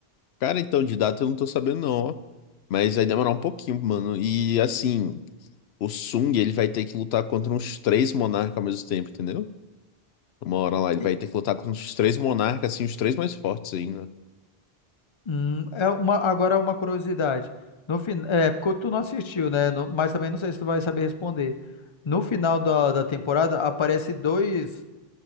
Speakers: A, on the left; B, on the left.
A: Cara, então de data eu não tô sabendo não, ó. Mas vai demorar um pouquinho, mano. E assim, o Sung, ele vai ter que lutar contra uns três monarcas ao mesmo tempo, entendeu? Uma hora lá, ele
B: E-
A: vai ter que lutar contra os três monarcas, assim, os três mais fortes ainda.
B: Hum, é uma, agora é uma curiosidade. No fin... é, porque tu não assistiu, né? No- mas também não sei se tu vai saber responder. No final da, da temporada aparece dois.